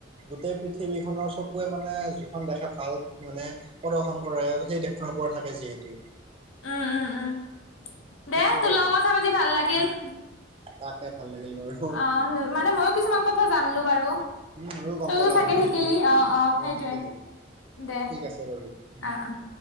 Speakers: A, on the right; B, on the left.
A: গোটেই পৃথিৱীখনৰ চকুৱে মানে যিখন দেখে ভাল মানে। প্ৰদৰ্শন কৰে সেই দেশখনৰ পৰাৰত থাকে যিহেতু।
B: উম, উম, উম, দে
A: সেইটোৱে
B: তোৰ
A: আৰু
B: লগৰ কথা পাতি ভাল লাগিল।
A: তাকে ভাল লাগিল বাৰু।
B: অ, মানে মইও কিছুমান কথা জানলো বাৰু।
A: উম ময়ো গম
B: তইও
A: পালো
B: চাগে
A: আজি বহুত
B: শিকিলি
A: শিকিলো তোৰ
B: অ',
A: পৰা
B: অ', সেইটোয়ে
A: শিকিলো
B: দে
A: ঠিক আছে বাৰু উম
B: অ', অ'।